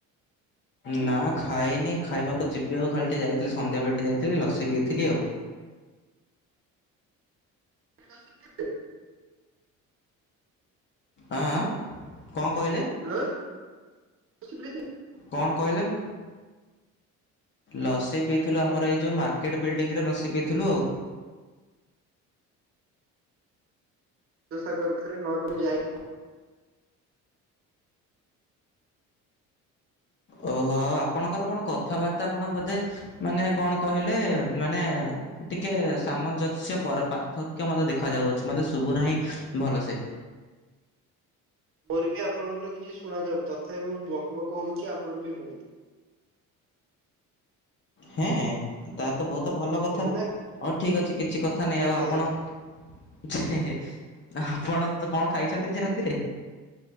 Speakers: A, on the left; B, on the right.
A: ନା ଖାଇନି ଖାଇବାକୁ ଯିବି ଆଉ ଖାଲି ଟିଏ ଯାଇଥିଲି ସନ୍ଧ୍ୟାବେଳେ ଟେ ଯାଇଥିଲି ଲସି ପିଇଥିଲି ଆଉ।
B: ଲସି କେତେ
A: ଆଁ ଆଁ କଣ କହିଲେ।
B: ଉଁ <unintelligible>
A: କଣ କହିଲେମ୍ ଲସି ପିଇଥିଲୁ ଆମର ଏଇ ଯୋଉ ମାର୍କେଟ ବିଲ୍ଡିଂ ରେ ଲସି ପିଇଥିଲୁ ଆଉ।
B: ଦୋସା ଖର ଖରେ ନହଲେ ମୁଁ ଯାଇ
A: ଓହୋ ଆପଣଙ୍କର କଣ କଥାବାର୍ତ୍ତା କଣ ବୋଧେ ମାନେ କଣ କହିଲେ ମାନେ। ଟିକେ ସାମଞ୍ଜସ୍ୟ ପର ପାର୍ଥକ୍ୟ ମୋତେ ଦେଖା ଯାଉଅଛି ମତେ ଶୁଭୁ ନାହିଁ ଭଲସେ।
B: ମୋର ବି ଆପଣଙ୍କର କିଛି ଶୁଣାଯାଉନି ତଥାପି ମୁଁ ବକବକ ହଉଛି ଆପଣ ବି ହୁଅନ୍ତୁ।
A: ହେଁ ତା ତ ବହୁତ ଭଲ କଥା
B: ହେ ନା
A: ହଉ ଠିକକ୍ ଅଛି କିଛି କଥା ନାହିଁ
B: ଆଜ୍ଞା
A: ଆଉ ଆପଣ।
B: ଆଜ୍ଞା
A: ଯେ ଆପଣ ତ କଣ ଖାଇଛନ୍ତି ଆଜି ରାତିରେ?